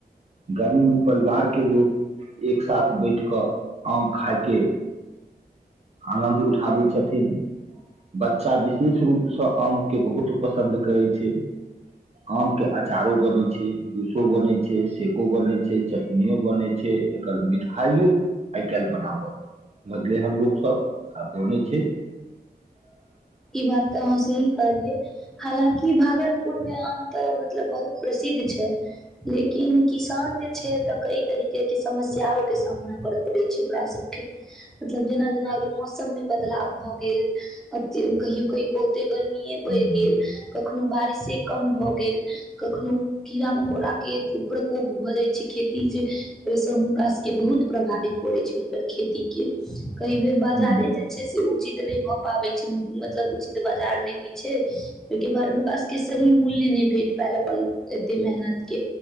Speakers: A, on the right (about 40°); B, in the centre.
A: गर्मी को परिवार के लोकोग एक सााथ बैठ कऽ आम खाायके आनन्द उठाबी छथि। थम। बच्चा विशेष रूपसँ आमके बहुत पसन्द करैत छै आमके अचारो बनैत छै जूसो बनै छै सेको बनै छै चटनिो बनै छै एकर मिठाइो आइ काल्हि बनाबऽ। लगले हन लोकग सब आ बोलै छै। <unintelligible>
B: ई बात तऽ अहाँ से ही कहलियै हालकि भागलपुर मे आम तऽ मतलब बहुत प्रसिद्ध छै लेकिन किसान जे छै तऽ कई तरीके के समस्यं के सामना करऽ पड़े छै ओकरा सबके मतलब जेना- जेना अगर मौसम मे बदलाव भऽ गेल। <unintelligible> कहियो -कहियो बहुत। गर्मीे
A: हूं
B: पड़ि गेल कखनो बारिशे। <unintelligible> कम भऽ गेल कखनो कीड़ा मकोड़ा के खूब प्रकोप भऽ जाइत छै खेती जे ओहिसँ हुनका सभके बहुत प्रभावित पड़ैत छै हुनकर खेतीीक के। <unintelligible> कई बेर
A: हूं
B: बाजारे जे छै से उचित नहि भए पाबे छै। <unintelligible> मतलब उचित बाजार नहि होइ छै ओहिके बारे हुनका। के सही मूल्य नहि भेट पायल अपन एते मेहनत के